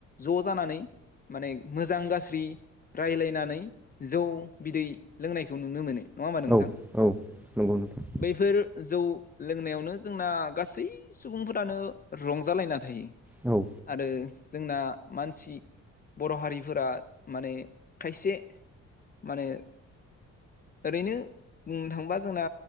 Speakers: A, on the left; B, in the centre.
A: ज' जानानै माने मोजां गाज्रि रायलायनानै जौ बिदै लोंनायखौ नुनो मोनो नङा होमबा नोंथां
B: औ
A: बै
B: औ नंगौ नोंथां
A: बेफोर जौ लोंनायावनो जोंना गासै सुबुंफोरानो रंजालायना थायो
B: औ
A: आरो जोंना मानसि बर' हारिफोरा माने खायसे माने ओरैनो बुंनो थाङोबा जोंना